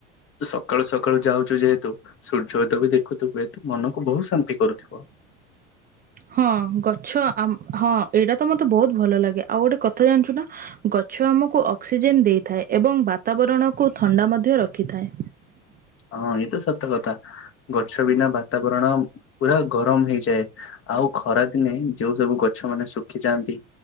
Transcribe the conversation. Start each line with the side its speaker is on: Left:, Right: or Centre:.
Left: ସକାଳୁ ସକାଳୁ ଯାଉଛୁ ଯେହେତୁ ସୂର୍ଯ୍ୟ ଉଦୟ ବି ଦେଖୁଥିବୁେତୁ ମନକୁ ବହୁତ ଶାନ୍ତି କରୁଥିବ।
Right: ହଁ ଗଛ ଆମ୍ ହଁ ଏଇଟା ତ ମୋତେ ବହୁତ ଭଲ ଲାଗେ। ଆଉ ଗୋଟେ କଥା ଜାଣିଚୁ ନା। ଗ ଛ ଆମକୁ ଅକ୍ସିଜେନ୍ ଦେଇଥାଏ। ଏବଂ ବାତାବରଣକୁ ଥଣ୍ଡା ମଧ୍ୟ ରଖିଥାଏ।
Left: ହଁ ଇଏତ ସତ କଥା। ଗଛ ବିନା ବାତାବରଣ ପୁରା ଗରମ ହେଇଯାଏ। ଆଉ ଖରାଦିନେ ଯୋଉ ସବୁ ଗଛ ମାନେ ଶୁଖିଯାଆନ୍ତି।